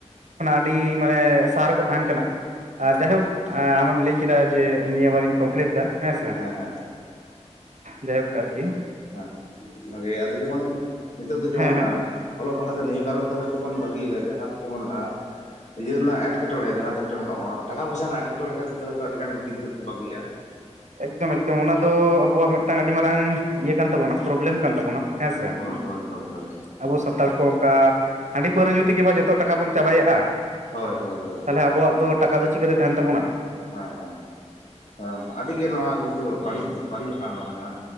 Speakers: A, on the right; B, on the left.
A: ᱠᱷᱚᱱᱟᱜ ᱟᱹᱰᱤ ᱢᱟᱱᱮ ᱥᱟᱦᱟ ᱨᱮᱠᱚ ᱛᱟᱦᱮᱱ ᱠᱟᱱᱟ᱾
B: ᱟᱪᱪᱷᱟ
A: ᱟᱨ ᱡᱟᱭᱦᱳᱠ ᱟᱢᱮᱢ ᱞᱟᱹᱭ ᱠᱮᱫᱟ᱾ ᱡᱮ ᱱᱤᱭᱟᱹ ᱵᱟᱨᱤᱧ ᱠᱚᱢᱯᱞᱤᱴ ᱮᱫᱟ ᱾ ᱦᱮᱸᱥᱮ
B: ᱦᱮᱸ ᱦᱮᱸ
A: ᱡᱟᱭ ᱦᱩᱠ ᱟᱨ ᱠᱤ
B: ᱦᱮᱸ ᱵᱷᱟᱜᱮ ᱟᱫᱚ ᱡᱮᱢᱚᱱ ᱱᱤᱛᱚᱜ ᱫᱚ ᱡᱮᱢᱚᱱ
A: ᱦᱮᱸ ᱦᱮᱸ
B: ᱚᱞᱚᱜ ᱯᱟᱲᱦᱟ-ᱜ ᱫᱚ ᱱᱤᱭᱟᱹ ᱠᱟᱨᱚᱱ ᱛᱮ ᱦᱚᱭᱛᱚ ᱵᱚᱱ ᱵᱟᱹᱜᱤ ᱮᱫᱟ᱾ ᱡᱟᱦᱟᱸ ᱫᱚ ᱡᱮᱢᱚᱱ ᱤᱭᱟᱹ ᱨᱮᱱᱟᱜ ᱮᱸᱴᱠᱮᱴᱚᱬᱮᱸ ᱡᱟᱦᱟᱸ ᱫᱚ ᱡᱮᱢᱚᱱ ᱴᱟᱠᱟ, ᱯᱚᱭᱥ, ᱨᱮᱱᱟᱜ ᱮᱴᱠᱮᱴᱚᱬᱮᱸ ᱠᱷᱟᱛᱤᱨ ᱛᱮ ᱦᱚᱭᱛᱚ ᱟᱹᱰᱤ ᱜᱟᱱ ᱜᱤᱫᱽᱨᱟᱹ ᱠᱚ ᱵᱟᱹᱜᱤᱼᱟ᱾
A: ᱮᱠᱫᱚᱢ, ᱮᱠᱫᱚᱢ ᱚᱱᱟ ᱫᱚ ᱟᱵᱚᱣᱟ-ᱜ ᱢᱤᱫᱴᱟᱝ, ᱟᱹᱰᱤ ᱢᱟᱨᱟᱝ ᱤᱭᱟᱹ ᱠᱟᱱ ᱛᱟᱵᱚᱱᱟ᱾ ᱯᱨᱚᱵᱽᱞᱮᱢ ᱠᱟᱱ ᱛᱟᱵᱚᱱᱟ᱾ ᱦᱮᱸᱥᱮ
B: ᱦᱳᱭ ᱦᱳᱭ ᱦᱳᱭ ᱦᱳᱭ ᱱᱤᱭᱟᱹ
A: ᱟᱵᱚ ᱥᱟᱱᱛᱟᱲ ᱠᱚ ᱚᱱᱠᱟ ᱦᱟᱺᱰᱤ ᱯᱟᱹᱣᱨᱟᱹ ᱧᱩ ᱛᱤᱜᱤ ᱢᱟ᱾ ᱡᱚᱛᱚ ᱴᱟᱠᱟ ᱵᱚᱱ ᱪᱟᱵᱟᱭᱜᱼᱟ᱾
B: ᱦᱳᱭ, ᱦᱳᱭ, ᱦᱳᱭ᱾
A: ᱛᱟᱦᱚᱞᱮ ᱟᱵᱚᱣᱟ-ᱜ ᱫᱚ ᱴᱟᱠᱟ ᱫᱚ ᱪᱤᱠᱟᱛᱮ ᱛᱟᱦᱮᱱ ᱛᱟᱵᱚᱱᱟ᱾
B: ᱦᱮᱸ, ᱦᱮᱸ, ᱦᱟᱸ ᱟᱹᱰᱤ ᱜᱮ ᱱᱚᱣᱟ ᱠᱤᱱᱛᱩ ᱵᱟᱹᱲᱤᱡ ᱵᱟᱹᱲᱤᱡᱚᱼᱜ ᱠᱟᱱ ᱛᱟᱵᱚᱱᱟ᱾ ᱡᱟᱦᱟᱸ